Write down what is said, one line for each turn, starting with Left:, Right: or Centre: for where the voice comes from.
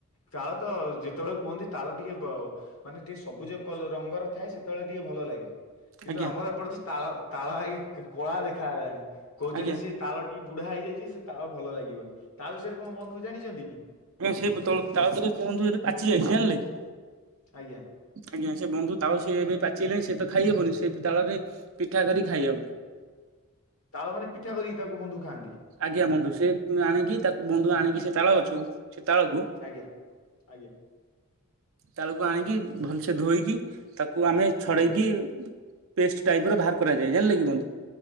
Left: ତାଳ ତ ଯେତେବେଳେ କୁହନ୍ତି ତାଳ ଟିକେ ମାନେ ଟିକେ ସବୁଜ କଲର ରଙ୍ଗର ଥାଏ ସେତେବେଳେ ଟିକେ ଭଲ ଲାଗେ। କିନ୍ତୁ
Right: ଆଜ୍ଞା।
Left: ଆମର ଏପଟ ତ ତାଳ ତାଳ ଆଜ୍ଞା କଳା ଦେଖା ହେଲାଣି କହୁଛନ୍ତି
Right: ଆଜ୍ଞା
Left: ସେ ତାଳ ବୁଢା ହେଇଯାଇଛି ସେ ତା ଭଲ ଲାଗିବନି ତା ବିଷୟରେ କଣ ବନ୍ଧୁ ଜାଣିଛନ୍ତି କି?
Right: ସେ ତାଳ ତଳେ ବନ୍ଧୁ ଏ ପାଚି ଯାଇଛି ଜଣିଲେ କି
Left: ଆଜ୍ଞା
Right: ଆଜ୍ଞା ସେ ବନ୍ଧୁ ତାଳ ସେ ଏବେ ପାଚିଗଲଣି ସେ ତ ଖାଇହବନି ସେ ତାଳରେ ପିଠା କରିକି ଖାଇହବ।
Left: ତାଳ ମାନେ ପିଠା କରିକି ତାକୁ ବନ୍ଧୁ ଖାଆନ୍ତି।
Right: ଆଜ୍ଞା ବନ୍ଧୁ ସେ ଆଣିକି ତାକୁ ବନ୍ଧୁ ଆଣିକି ସେ ତାଳ ଗଛକୁ ସେ ତାଳକୁୁ
Left: ଆଜ୍ଞା ଆଜ୍ଞା
Right: ତାଳକୁ ଆଣିକି ଭଲସେ ଧୋଇକି ତାକୁ ଆମେ ଛଡେଇକି
Left: ଆଜ୍ଞା
Right: ପେଷ୍ଟ ଟାଇପି ରେ ବାହାର କରାଯାଏ ଜାଣିଲେ କି ବନ୍ଧୁ